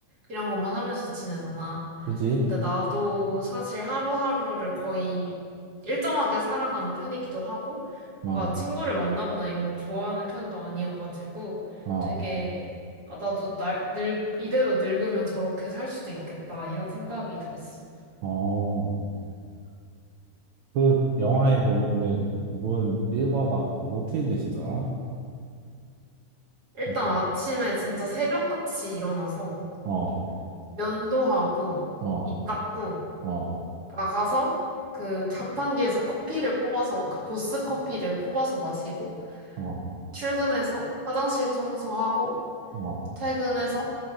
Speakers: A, on the right; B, on the right.
A: 이런 것만 하면서 지내잖아.
B: 그지?
A: 근데 나도 사실 하루하루를 거의 일정하게 살아가는 편이기도 하고,
B: 어,
A: 뭔가 친구를 만나거나 이런 걸 좋아하는 편도 아니어가지고,
B: 어,
A: 되게, 아, 나도 날, 늙, 이대로 늙으면 저렇게 살 수도 있겠다, 이런 생각이 들었어.
B: 어. 그 영화에 보면은 그분 일과가 어떻게 되시더라?
A: 일단
B: 아,
A: 아침에 진짜 새벽같이 일어나서
B: 어,
A: 면도하고,
B: 어,
A: 입 닦고,
B: 어,
A: 나가서 그 자판기에서 커피를 뽑아서, 그 보스 커피를 뽑아서 마시고,
B: 어,
A: 출근해서 화장실 청소하고
B: 어,
A: 퇴근해서